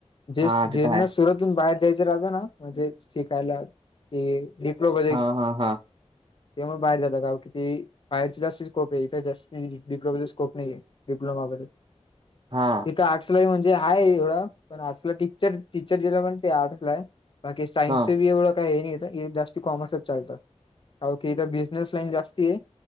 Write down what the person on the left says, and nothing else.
जे
जेना
सुरतून बाहेर जायचे राहता ना म्हणजे शिकायला ते <unintelligible> डिप्लोमा
तेमुळे बाहेर जात का कि ते बाहेरच जास्त स्कोप आहे इथे जास्ती डिप्लोमेचा स्कोप नाही. डिप्लोमा गैरे
आर्ट्सला म्हणजे आहे एवढं पण आर्टसला टीचर टीचर दिला पण ते आर्टसलाय बाकी सायन्स
बी एवढं काही हे नाई. जास्ती कॉमर्सच चालत कार इथ बिझनेस लाईन जास्ती आहे.